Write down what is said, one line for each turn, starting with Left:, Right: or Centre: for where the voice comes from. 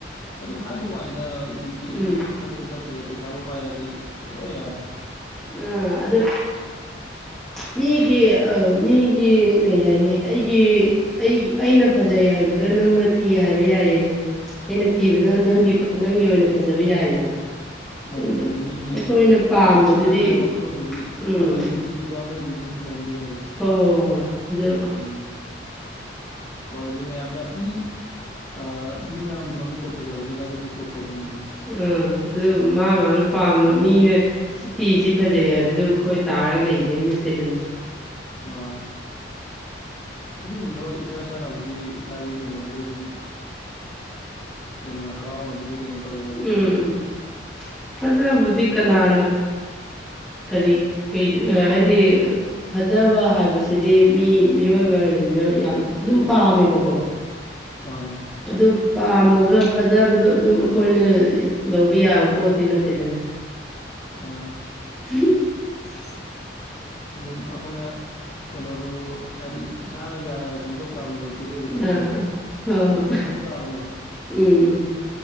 Left: ꯑꯗꯨꯝ ꯍꯥꯏꯕ ꯋꯥꯅꯤꯗ ꯍꯧꯖꯤꯛꯇꯤ
Centre: ꯎꯝ
Left: ꯁꯛꯇ ꯆꯠꯇ꯭ꯔꯦ ꯄꯩꯁꯥꯕꯨ ꯄꯥꯏꯔꯗꯤ ꯂꯣꯏ ꯌꯥꯔꯦ
Centre: ꯎꯝ ꯑꯗꯨ ꯃꯤꯒꯤ ꯑ ꯃꯤꯒꯤ ꯀꯩ ꯍꯥꯏꯅꯤ ꯑꯩꯒꯤ ꯑꯩꯒꯤ ꯑꯩꯅ ꯐꯖꯩ ꯍꯥꯏꯕ ꯗ ꯅꯪꯅ ꯊꯤ ꯍꯥꯏꯕ ꯌꯥꯏꯌꯦ ꯑꯩꯅ ꯊꯤꯕꯗ ꯅꯒꯤ ꯅꯪꯒꯤ ꯑꯣꯏꯅ ꯐꯖꯕ ꯌꯥꯏꯗꯅ
Left: ꯃꯥꯅꯦ
Centre: ꯑꯗꯨꯕꯨꯗꯤ
Left: ꯃꯥꯅꯦ ꯃꯤ ꯃꯤꯒꯤ
Centre: ꯑꯩꯈꯣꯏꯅ ꯄꯥꯝꯕꯗꯨꯗꯤ
Left: ꯃꯥꯒꯤ ꯃꯥꯏ ꯃꯥꯏ ꯋꯥꯈꯜꯂꯣꯟꯗꯗꯤ
Centre: ꯎꯝ
Left: ꯑꯃꯒꯤꯗ ꯊꯤꯕꯗꯣ ꯑꯃꯗꯗꯤ ꯑꯗꯨꯝ ꯐꯖꯔꯝꯗꯣꯏꯅꯦꯕ
Centre: ꯍꯣꯏ ꯑꯗꯨ
Left: ꯎꯝ ꯍꯣꯏ ꯑꯗꯨꯗꯣ ꯃꯌꯥꯝꯅ ꯃꯤ ꯑ ꯃꯤ ꯃꯌꯥꯝꯒꯤ ꯃꯃꯤꯠꯇ ꯐꯖꯕꯗꯨꯅ ꯑꯗꯨꯅ ꯇꯣꯞ ꯇꯣꯞꯄꯅꯤꯗꯅ
Centre: ꯑ ꯑꯗꯨ ꯃꯥ ꯃꯥꯅ ꯄꯥꯝꯕꯗꯨ ꯃꯤꯅ ꯁꯤ ꯊꯤꯔꯤꯁꯤ ꯐꯖꯩ ꯍꯥꯏꯕꯗꯨ ꯑꯈꯣꯏ ꯇꯥꯔꯒ ꯂꯩꯗꯧ ꯅꯠꯇꯦꯗꯅ
Left: ꯃꯥꯅꯦ ꯑꯗꯨꯕꯨꯗꯤ ꯍꯣꯏ ꯏꯁꯥ ꯏꯁꯥꯅꯕꯨꯗꯤ ꯏꯁꯥꯒꯤ ꯀꯩꯅꯣꯗꯨꯗ ꯑꯗꯨꯝ ꯀꯩꯅꯣꯅꯦ ꯍꯔꯥꯎꯅꯕꯨꯗꯤ ꯀꯩꯅꯣ ꯇꯧꯒꯗꯕꯅꯦ
Centre: ꯎꯝ ꯎꯝ ꯐꯖꯕꯨꯗꯤ ꯀꯅꯥꯅ ꯀꯔꯤ ꯍꯥꯏꯗꯤ ꯐꯖꯕ ꯍꯥꯏꯕꯁꯤꯗꯤ ꯃꯤ ꯃꯤꯑꯣꯏꯕ ꯍꯥꯏꯕꯅꯤ ꯑꯗꯨꯅ ꯌꯥꯝ ꯑꯗꯨꯝ ꯄꯥꯝꯃꯦꯕꯀꯣ
Left: ꯃꯥꯅꯦ
Centre: ꯑꯗꯨ ꯄꯥꯝꯃꯒ ꯐꯖꯕꯗꯣ ꯑꯗꯨꯝ ꯑꯈꯣꯏꯅ ꯂꯧꯕ ꯌꯥꯕ ꯄꯣꯠꯇꯤ ꯅꯠꯇꯦꯗꯅ
Left: ꯃꯅꯦ
Centre: <inaudible>
Left: ꯑꯗꯨꯝ ꯑꯩꯈꯣꯏꯅ ꯀꯩꯅꯣꯗꯣ ꯍꯥꯏꯗꯤ ꯏꯁꯥꯅ ꯌꯥꯅ ꯀꯩꯅꯣ ꯇꯧ ꯇꯥꯕꯅꯦꯕ ꯄꯤꯔꯛꯏꯕ ꯈꯔꯗꯨ
Centre: ꯑꯥ ꯑꯥ. ꯍꯣꯏ ꯍꯣꯏ
Left: ꯄꯦꯟꯊꯣꯛꯄ ꯇꯥꯕꯅꯦꯕ
Centre: ꯎꯝ ꯎꯝ